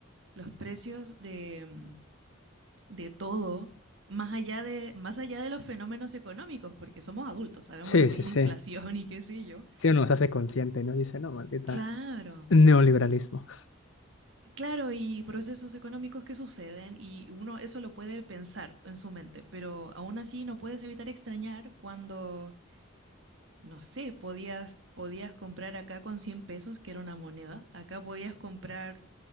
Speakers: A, on the right; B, on the left.
A: los precios de, de todo, más allá de, más allá de los fenómenos económicos, porque somos adultos, sabemos
B: Sí,
A: lo que
B: sí,
A: es la
B: sí.
A: inflación y qué sé yo.
B: Si uno se hace consciente, ¿no? Dice, no, maldita.
A: Claro,
B: Neoliberalismo.
A: Claro, y procesos económicos que suceden y uno eso lo puede pensar en su mente, pero aún así no puedes evitar extrañar cuando, no sé, podías, podías comprar acá con 100 pesos, que era una moneda, acá podías comprar